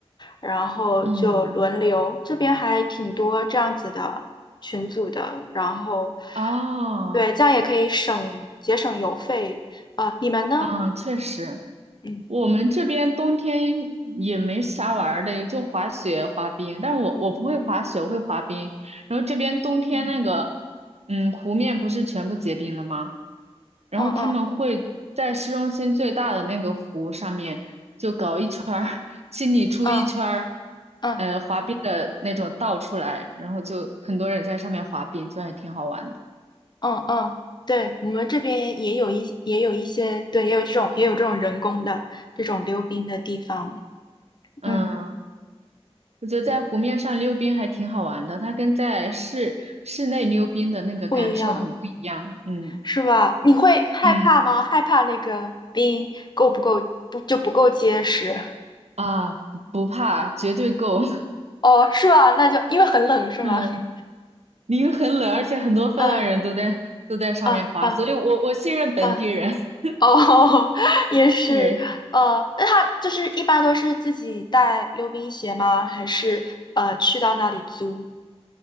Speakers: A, on the left; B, on the right.
A: 然后就轮流，
B: 嗯，
A: 这边还挺多这样子的群组的，然后
B: 哦，
A: 对，这样也可以省节省邮费。啊。你们呢？
B: 嗯，确实。
A: 嗯
B: 我们这边冬天也没啥玩儿的，也就滑雪、滑冰。但是我我不会滑雪，
A: 嗯
B: 我会滑冰。然后这边冬天那个，
A: 嗯
B: 嗯，湖面不是全部结冰了吗？然后他们会在市中心最大的那个湖上面就搞一圈儿，
A: 嗯嗯
B: <laughs> 清理出一圈儿，
A: 嗯嗯
B: 呃，滑冰的那种道出来，然后就很多人在上面滑冰，就还挺好玩的。
A: 嗯嗯，对，我们这边也有一也有一些，对，也有这种也有这种人工的这种溜冰的地方，
B: 嗯。
A: 嗯，
B: 我觉得在湖面上溜冰还挺好玩的，
A: 对，
B: 它跟在室室内溜冰的那个感受很不一样。
A: 不一样
B: 嗯
A: 是吧？你会害怕吗？
B: 嗯
A: 害怕那个冰够不够不就不够结实？
B: 啊，不不怕，绝对够。<laughs>
A: 哦，是吧？那就因为很冷，是吗？
B: 嗯，
A: <laughs>
B: 因为很冷，而且很多芬兰人都在都在上面滑，
A: 嗯啊啊
B: 所以我我信任本地人。
A: 啊！
B: <laughs>
A: 哦，<laughs> 也是，
B: 对，
A: 呃，那他就是一般都是自己带溜冰鞋吗？还是呃去到那里租